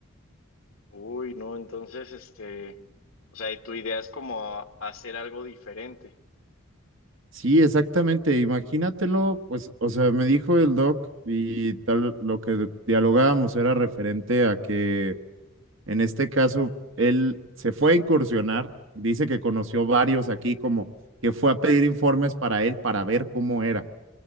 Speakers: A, on the left (about 80°); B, on the right (about 65°).
A: Uy, no, entonces, este, o sea, y tu idea es como a- hacer algo diferente.
B: Sí, exactamente. Imagínatelo, pues, o sea, me dijo el doc y tal, lo que dialogábamos era referente a que en este caso él se fue a incursionar, dice que conoció varios aquí como que fue a pedir informes para él para ver cómo era.